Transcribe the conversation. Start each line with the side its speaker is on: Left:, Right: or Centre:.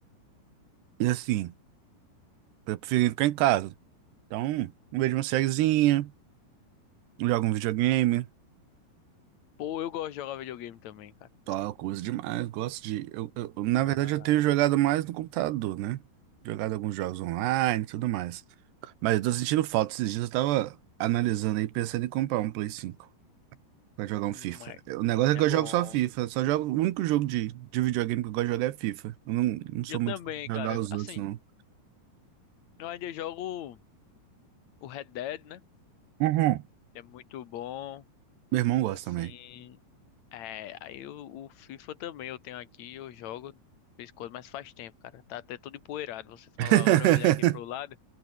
Right: E assim, eu prefiro ficar em casa. Então, eu vejo uma sériezinha, jogo um videogame,
Left: Pô, eu gosto de jogar videogame também, cara.
Right: tal, coisa demais. Gosto de. Eu, eu- eu- na
Left: Ah.
Right: verdade, eu tenho jogado mais no computador, né? Jogado alguns jogos online e tudo mais. Mas eu tô sentindo falta. Esses dias eu tava analisando aí, pensando em comprar um Play 5 pra jogar um
Left: Hum,
Right: FIFA.
Left: é,
Right: O negócio é
Left: é
Right: que eu
Left: bom.
Right: jogo só FIFA. Só jogo, o único jogo de, de videogame que eu gosto de jogar é FIFA. Eu não, não sou
Left: Eu
Right: muito
Left: também,
Right: fã de jogar
Left: cara.
Right: os
Left: Assim,
Right: outros, não.
Left: eu ainda jogo o Red Dead, né?
Right: Uhum.
Left: que É muito bom.
Right: Meu irmão gosta
Left: Assim,
Right: também.
Left: é. Aí o, o FIFA também eu tenho aqui, eu jogo. de vez em quando, mas faz tempo, cara. Tá até todo empoeirado. Você falar
Right: <laughs>
Left: agora, eu olhar aqui pro lado,